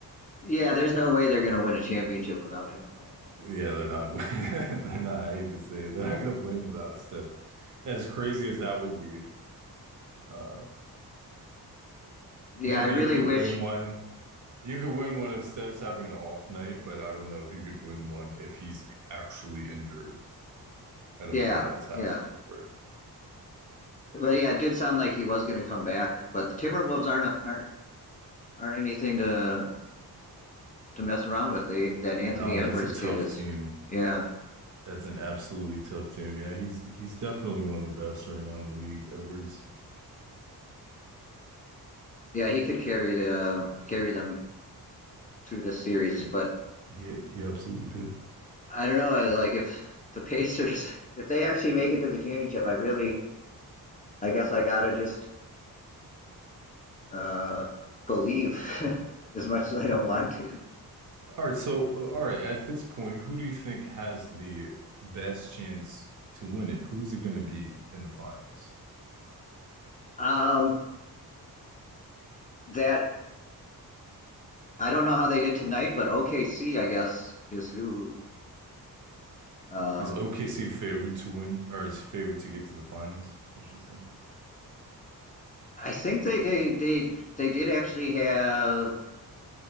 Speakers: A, on the left (about 20°); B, on the right (about 50°).
A: Yeah, there's no way they're going to win a championship without him playing. I,
B: Yeah,
A: I would
B: they're
A: say.
B: not <laughs> they're not. I hate to say it, they're not going to win without Steph. As crazy as that would be, uh,
A: Yeah,
B: maybe
A: I really
B: you could
A: wish.
B: win one You could win one if Steph's having an off night, but I don't know if you could win one if he's actually injured. I don't
A: Yeah,
B: think that's happened
A: yeah,
B: before.
A: but yeah, it did sound like he was going to come back. But the Timberwolves aren't aren't aren't anything to to mess around with. They that Anthony
B: No, that's
A: Edwards
B: a tough
A: kid is.
B: team.
A: Yeah,
B: That's an absolutely tough team. Yeah, he's he's definitely one of the best right now in the league, Edwards.
A: yeah, he could carry the carry them through this series,
B: Yeah,
A: but
B: he he absolutely could.
A: I don't know. I- Like if the <laughs> Pacers, if they actually make it to the championship, I really, I guess I gotta just uh, believe, <laughs> as much as I don't want to.
B: All right, so uh, all right, at this point, who do you think has the best chance to win it? Who's it going to be in the finals?
A: Um, that I don't know how they did tonight, but OKC, I guess, is who. Um,
B: Is OKC favored to win, or is favored to get to the finals, I should say?
A: I think they they they they did actually have